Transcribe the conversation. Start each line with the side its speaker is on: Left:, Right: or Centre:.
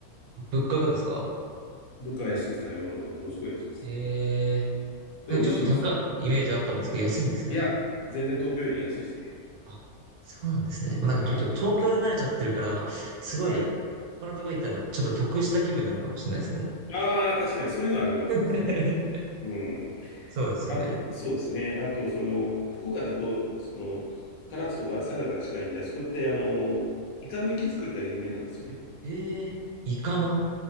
Right: 物価がですか
Left: 物価は安いです。食べ物はものすごい安いですね。
Right: ええ
Left: で、
Right: なんかちょっと高いイメージあったんですけど、
Left: 美味しいんですよ。
Right: 安いんですね。
Left: いや、全然東京より安いですね。
Right: あ、そうなんですね。もうなんかちょっと東京で慣れちゃってるから、
Left: はい。
Right: すごい、
Left: はい。
Right: 他のとこ行ったらちょっと得した気分になるかもしれないですね。
Left: ああ、確かにそういうのはあるかもしれないですね。
Right: <laughs>
Left: うん。
Right: そうですよね。
Left: あと、そうですね。あと、その、福岡だと、その、唐津とか佐賀が近いんで、あそこって、あの、イカの活き作りが有名なんですよね。
Right: ええイカの。